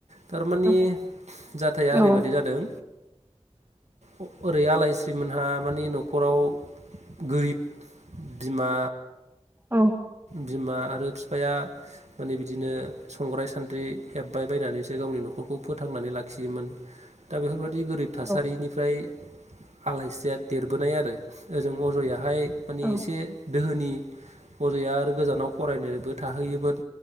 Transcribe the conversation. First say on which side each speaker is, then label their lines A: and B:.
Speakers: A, on the right (about 80°); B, on the right (about 20°).
A: थारमानि
B: औ
A: जाथाया ओरैबादि
B: औ
A: जादों। ओ- ओरै आलायस्रिमोनहा मानि न'ख खराव गोरिब बिमा।
B: औ।
A: बिमा आरो फिफाया माने बिदिनो संग्राय-सान्द्रि हेबबाय बायनानैसो गावनि न'खरखौ फोथांनानै लाखियोमोन दा बेफोरबायदि दि गोरिब थासारिनिफ्राय।
B: औ
A: आलायस्रिया देरबोनाय आरो ओजों अजयाहाय। माने
B: औ
A: एसे। दोहोनि। अजया आरो गोजानाव फरायनोबो थाहैयोमोन